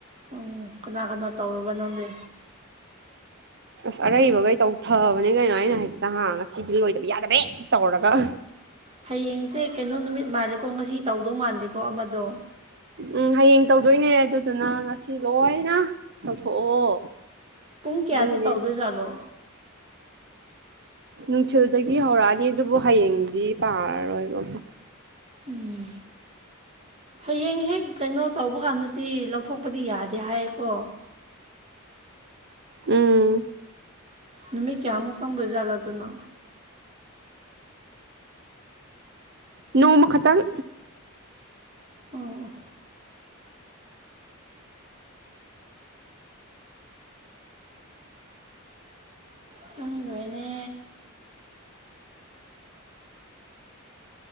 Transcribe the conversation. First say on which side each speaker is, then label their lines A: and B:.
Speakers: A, on the right (about 30°); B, on the right (about 50°).
A: ꯎꯝ ꯀꯅꯥ ꯀꯅꯥ ꯇꯧꯔꯕ ꯅꯪꯗꯤ
B: ꯑꯁ ꯑꯔꯩꯕꯒꯩ ꯇꯧꯊꯕꯅꯤ ꯀꯩꯅꯣ ꯑꯩꯅ ꯍꯦꯛꯇ ꯍꯥ ꯉꯁꯤꯗꯤ ꯂꯣꯏꯗꯕ ꯌꯥꯗꯕꯤ ꯇꯧꯔꯒ
A: ꯍꯌꯦꯡꯁꯦ ꯀꯩꯅꯣ ꯅꯨꯃꯤꯠ ꯃꯥꯜꯂꯦꯀꯣ ꯉꯁꯤ ꯇꯧꯗꯧ ꯃꯥꯟꯗꯦꯀꯣ ꯑꯃꯗꯣ
B: ꯎꯝ ꯍꯌꯦꯡ ꯇꯧꯗꯣꯏꯅꯦ ꯑꯗꯨꯗꯨꯅ ꯉꯁꯤ ꯂꯣꯏꯅ ꯇꯧꯊꯣꯛꯑꯣ
A: ꯄꯨꯡ ꯀꯌꯥꯗ
B: ꯑꯗꯨꯒꯤꯅꯦ
A: ꯇꯧꯗꯣꯏꯖꯥꯠꯂꯣ
B: ꯅꯨꯡꯊꯤꯜꯗꯒꯤ ꯍꯧꯔꯛꯑꯅꯤ ꯑꯗꯨꯕꯨ ꯍꯌꯦꯡꯗꯤ ꯄꯥꯔꯔꯣꯏꯕ
A: ꯎꯝ ꯍꯌꯦꯡ ꯍꯦꯛ ꯀꯩꯅꯣ ꯇꯧꯕ ꯀꯥꯟꯗꯗꯤ ꯂꯧꯊꯣꯛꯄꯗꯤ ꯌꯥꯗꯦ ꯍꯥꯏꯌꯦꯀꯣ
B: ꯎꯝ
A: ꯅꯨꯃꯤꯠ ꯀꯌꯥꯃꯨꯛ ꯆꯪꯗꯣꯏꯖꯥꯠꯂꯥ ꯑꯗꯨꯅ
B: ꯅꯣꯡꯃ ꯈꯇꯪ
A: ꯑꯣ ꯈꯪꯗ꯭ꯔꯦꯅꯦ